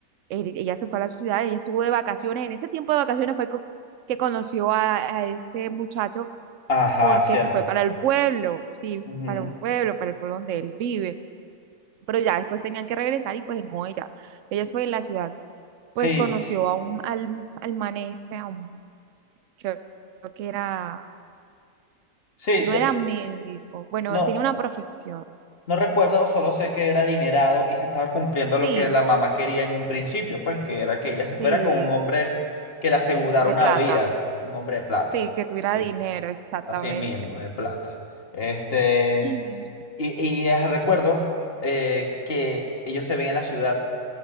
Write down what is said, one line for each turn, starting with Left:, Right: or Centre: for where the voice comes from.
Right: él- ella se fue a la ciudad, ella estuvo de vacaciones. En ese tiempo de vacaciones fue co- que conoció a, a este muchacho
Left: Ajá,
Right: porque
Left: cierto.
Right: se fue para el pueblo, sí,
Left: Ujú.
Right: para un pueblo, para el pueblo donde él vive. Pero ya después tenían que regresar y pues no, ella, ella fue en la ciudad pues
Left: Sí,
Right: conoció a un, al, al man este, a un creo que era,
Left: sí.
Right: no
Left: lo-
Right: era médico, bueno,
Left: No,
Right: tenía una profesión,
Left: no recuerdo, solo sé que era adinerado y se estaba cumpliendo lo
Right: sí,
Left: que la mamá quería en un principio, pues que era que ella se fuera
Right: sí,
Left: con un hombre que le asegurara
Right: de
Left: una
Right: plata,
Left: vida, un hombre de plata.
Right: sí, que tuviera
Left: Sí.
Right: dinero, exactamente.
Left: Así mismo, de plata. Este,
Right: Y
Left: y, y eh, recuerdo eh, que ellos se ven en la ciudad